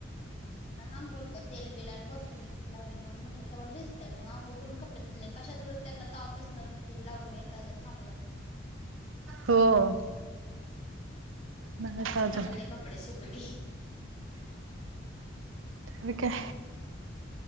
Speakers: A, on the left (about 35°); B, on the right (about 80°).
A: <inaudible> आणि अंघोळ तेल बिल आणि कोरफड बीरफड लावलेली मग म्हणलं तवर भिजत्याल मग अंघोळ करून कपडेे धुतले मग कशाच त्यांना तवापसनच ती लावलयच अजून थांबलाच नाही.
B: हो नाही
A: म्हणलं
B: अजून
A: चांगले कपडे सुकली.
B: मग काय?